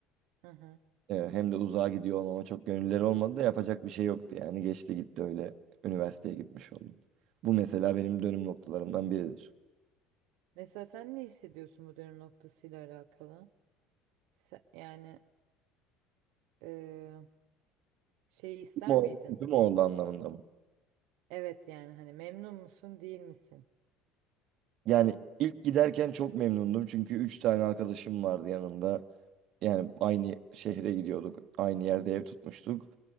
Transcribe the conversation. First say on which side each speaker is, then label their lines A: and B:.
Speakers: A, on the right; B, on the right.
A: Hı hı.
B: e, hem de uzağa gidiyor olmama çok gönülleri olmadı da yapacak bir şey yoktu yani. Geçti gitti öyle üniversiteye gitmiş oldum. Bu mesela benim dönüm noktalarımdan biridir.
A: Mesela sen ne hissediyorsun bu dönüm noktasıyla alakalı? Se- yani Ee, şey ister
B: Kötü mü oldu,
A: miydin?
B: kötü mü oldu anlamında mı?
A: Evet yani hani memnun musun değil misin?
B: Yani ilk giderken çok memnundum çünkü 3 tane arkadaşım vardı yanımda. Yani aynı şehre gidiyorduk, aynı yerde ev tutmuştuk.